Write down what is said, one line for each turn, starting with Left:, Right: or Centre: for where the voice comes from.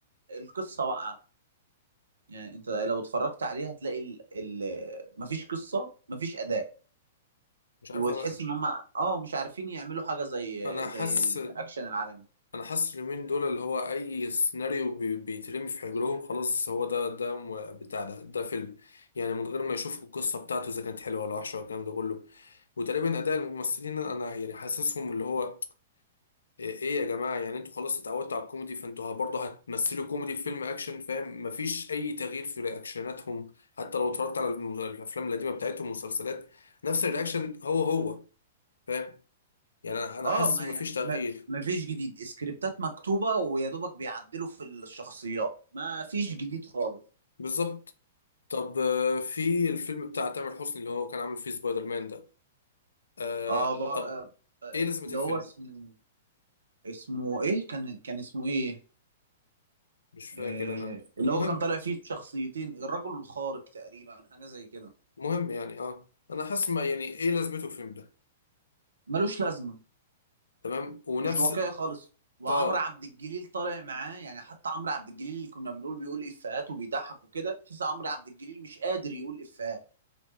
Right: القصه واقعه يعني انت لو اتفرجت عليها هتلاقي ال ال مفيش قصه مفيش اداء
Left: مش عارف
Right: وتحس
Left: انا
Right: ان هم اه مش عارفين يعملوا حاجه زي
Left: انا
Right: آه، زي
Left: حاسس
Right: الاكشن العالمي
Left: انا حاسس اليومين دول اللي هو اي سيناريو بي- بيترمي في حجرهم خلاص هو ده ده م- بتاع ده ده فيلم يعني من غير ما يشوفوا القصه بتاعته اذا كانت حلوه ولا وحشه والكلام ده كله وتقريبا اداء الممثلين انا يعني حاسسهم اللي هو ايه إيه يا جماعه يعني انتوا خلاص اتعودتوا على الكوميدي فانتوا برضه هتمثلوا كوميدي في فيلم اكشن فاهم مفيش اي تغيير في رياكشناتهم حتى لو اتفرجت على الم- الافلام القديمه بتاعتهم والمسلسلات نفس الرياكشن هو هو فاهم يعني انا أنا
Right: اه
Left: حاسس
Right: ما
Left: إن مفيش
Right: يعني،
Left: تغيير
Right: ما ما فيش جديد سكريبتات مكتوبة ويا دوبك بيعدلوا في الشخصيات ما فيش جديد خالص
Left: بالظبط طب آه، في الفيلم بتاع تامر حسني اللي هو كان عامل فيه سبايدر مان ده آه
Right: اه ب- آه،
Left: طب
Right: آه،
Left: ايه لازمة
Right: اللي
Left: الفيلم؟
Right: هو اسمه اسمه ايه كان كان اسمه ايه
Left: مش فاكر
Right: آه،
Left: انا
Right: اللي
Left: المهم
Right: هو كان طالع فيه بشخصيتين الرجل الخارق تقريبا حاجة زي كده
Left: المهم يعني اه انا حاسس ما يعني ايه لازمته الفيلم ده
Right: ملوش لازمة
Left: تمام ونفس
Right: مش واقعي خالص وعمرو
Left: اه
Right: عبد الجليل طالع معاه يعني حتى عمرو عبد الجليل اللي كنا بنقول بيقول افيهات وبيضحك وكده تحس عمرو عبد الجليل مش قادر يقول افيهات